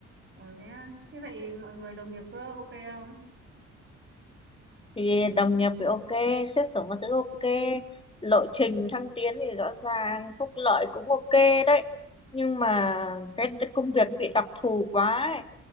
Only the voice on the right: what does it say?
ừ thế à? Thế vậy mọi người đồng nghiệp có ok không?